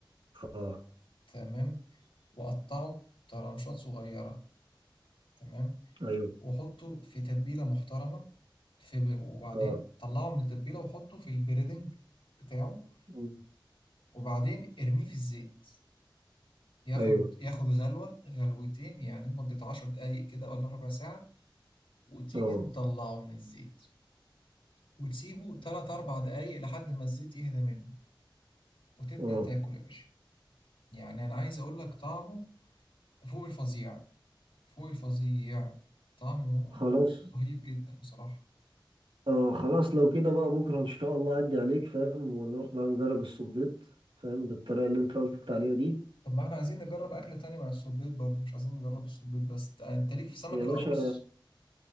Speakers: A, on the right; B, on the left.
A: اه
B: تمام وقطعه طرنشات صغيره تمام
A: ايوه
B: وحطه في تتبيله محترمه في وبعدين
A: اه
B: طلعه من التتبيله وحطه في البريدنج بتاعه
A: مم.
B: وبعدين ارميه في الزيت ياخد
A: ايوه
B: ياخد غلوة غلوتين يعني مدة عشر دقايق كده ولا ربع ساعة وتيجي
A: اه
B: مطلعه من الزيت وتسيبه تلات أربع دقايق لحد ما الزيت يهدى منه وتبدأ
A: اه
B: تاكل يا باشا يعني أنا عايز أقول لك طعمه فوق الفظيع فوق الفظيع طعمه
A: خلاص
B: رهيب جدا بصراحة
A: اه خلاص لو كده بقى بكره ان شاء الله اعدي عليك فاهم ونروح بقى نجرب الصبيط فاهم بالطريقه اللي انت قلت عليها دي
B: طب ما احنا عايزين نجرب أكلة تانية مع السبيط برضه مش عايزين نجرب السبيط بس ت- أنت ليك في سمك
A: يا باشا
B: القاروص